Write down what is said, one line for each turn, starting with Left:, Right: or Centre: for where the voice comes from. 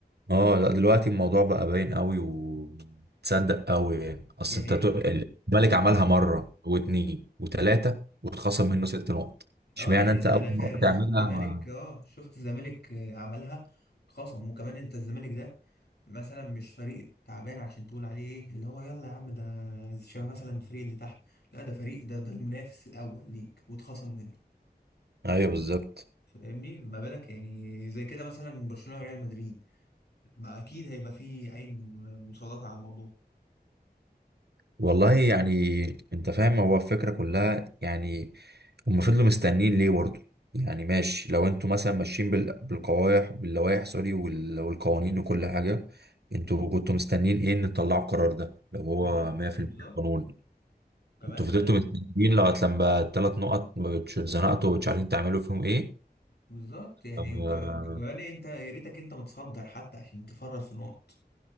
Right: اه لا دلوقتي الموضوع بقى باين قوي وتصدق قوي يعني
Left: يعني
Right: اصل انت
Left: انت
Right: تقول- الملك عملها مره واتنين وتلاته واتخصم منه ست نقط
Left: اه
Right: اشمعنى
Left: يعني
Right: انت اول
Left: انا ف-
Right: مره
Left: انا شفت
Right: تعملها
Left: الزمالك
Right: ما...
Left: اه شفت الزمالك آه، عملها خصم وكمان انت الزمالك ده مثلا مش فريق تعبان عشان تقول عليه ايه اللي هو يلا يا عم ده شبه مثلا الفريق اللي تحت لا ده فريق ده ده المنافس الاول ليك واتخصم منه
Right: ايوه بالظبط
Left: فاهمني ما بالك يعني زي كده مثلا برشلونة وريال مدريد ما اكيد هيبقى فيه عين مسلطة على الموضوع
Right: والله يعني انت فاهم هو الفكرة كلها يعني هم فضلوا مستنيين ليه برضه يعني ماشي لو انتوا مثلا ماشيين بال- بالقوايح باللوائح سوري وال- والقوانين وكل حاجة انتوا كنتوا مستنيين ايه ان تطلعوا القرار ده لو هو
Left: بالظبط
Right: 100%
Left: بالظبط
Right: قانون
Left: كمان
Right: انتوا فضلتوا مستنيين لغاية لما الثلاث نقط ما بتش- اتزنقتوا ومش عارفين تعملوا فيهم ايه
Left: بالظبط يعني
Right: آه،
Left: وكمان وكمان انت يا ريتك انت متصدر حتى عشان تفرط في نقط